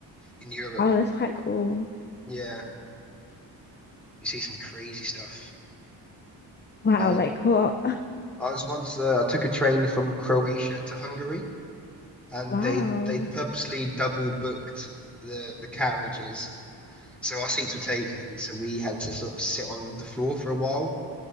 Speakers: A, in the centre; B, on the left.
A: in Europe.
B: Oh, that's quite cool.
A: Yeah, you see some crazy stuff.
B: Wow,
A: I was,
B: like what?
A: I was once uh, I took a train from Croatia to Hungary, and
B: Wow.
A: they they purposely double booked the the carriages, so our seats were taken. So we had to sort of sit on the floor for a while